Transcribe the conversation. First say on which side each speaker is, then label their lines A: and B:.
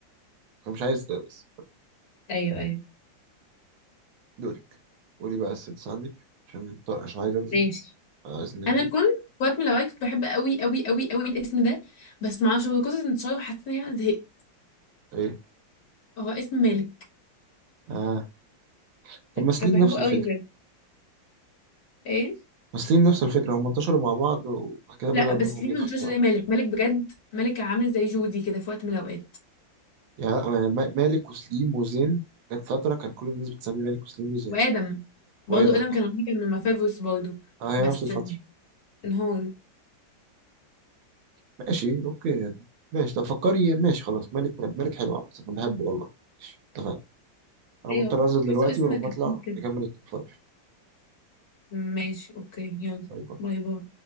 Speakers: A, on the right; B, on the left.
A: أنا مش عايز ده بس
B: ايوه ايوه
A: دورك قولي بقى السادس عندك عشان عشان عايز أنزل
B: ماشي
A: عايز ننجل
B: انا كنت في وقت من الاوقات كنت بحب قوي قوي قوي قوي الاسم ده بس معرفش هو كنت انتشار وحسيت ان انا زهقت
A: إيه؟
B: هو اسم مالك
A: آه. طب ما سليم
B: كنت بحبه
A: نفس الفكرة
B: قوي بجد ايه
A: وسليم نفس الفكرة هم انتشروا مع بعض وبعد كده
B: لا
A: بدأ
B: بس
A: نورهم
B: ليه
A: يطفي
B: منتشر
A: طبعا.
B: زي مالك مالك بجد مالك كان عامل زي جودي كده في وقت من الاوقات
A: يعني ما- مالك وسليم وزين كانت فترة كان كل الناس بتسمي مالك وسليم وزين
B: وادم برضه
A: وآدم
B: ادم
A: اه
B: كان كان من مفافوس برضه
A: آه، هي
B: بس
A: نفس الفترة
B: انهار
A: ماشي اوكي يعني ماشي طب فكري ماشي خلاص مالك مالك مالك حلو عامة انا بحبه والله ماشي اتفقنا انا
B: ايوه
A: مضطر انزل دلوقتي
B: حاسه اسم
A: ولما
B: كتير
A: اطلع
B: كده
A: نكمل التوب فايف
B: ماشي اوكي يلا
A: باي باي
B: باي باي